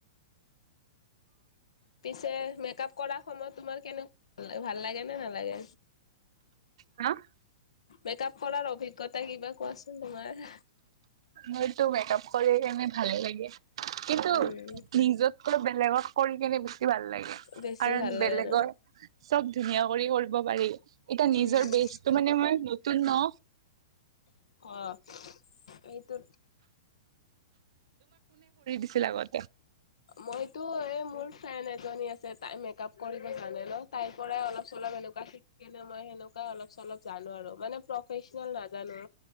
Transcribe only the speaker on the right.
হা
মোৰতো মেকআপ কৰি কেনে ভালে লাগে। কিন্তু
নিজতকৈ বেলেগত কৰি কিনে বেছি ভাল লাগে।
কাৰণ
বেলেগৰ
চব ধুনীয়া কৰি কৰিব পাৰি। এটা নিজৰ
বেচটো মানে মই নতুন ন।
আছিল আগতে।